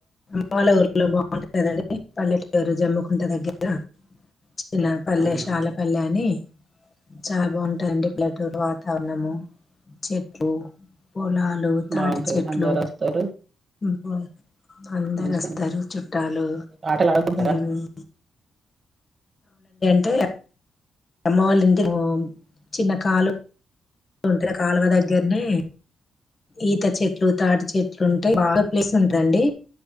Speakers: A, on the left; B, on the right.
A: అమ్మళ ఊళ్లో బాగుంటుందిండి పల్లెటరు జమ్ముకుంట దగ్గర చిన్న పల్లె
B: అవునా
A: శాలపల్లె అని చాలా బాగుంటాయండి పల్లెటూరు దనము చెట్లు పొలాలు, తాటి
B: బాగుంటది
A: చెట్లు
B: అందరు వస్తారు
A: బ <inaudible> అందరు
B: మంచిగుంటది
A: అస్తరు చుట్టాలు
B: ఆటలు ఆడుకుంటారా
A: హ్మ్ ంతే అమ్మ వాళ్ళింటికి పోమ్ చిన్న కాలు వ ఉంటే ఆ కాలువ దగ్గరనే ఈత చెట్లు, తాటి చెట్లు ఉంటయి బాగా ప్లేస్ ఉంటదండి.